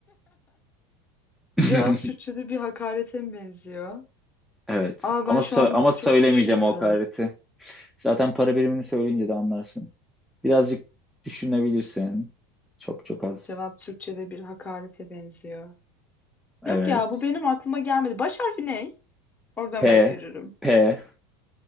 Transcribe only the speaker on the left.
cevap Türkçe'de bir hakarete mi benziyor?
Aa
ben
şu an
çok düşünüyorum.
Cevap Türkçe'de bir hakarete benziyor.
Yok ya bu benim aklıma gelmedi. Baş harfi ne? Oradan
belki yürürüm.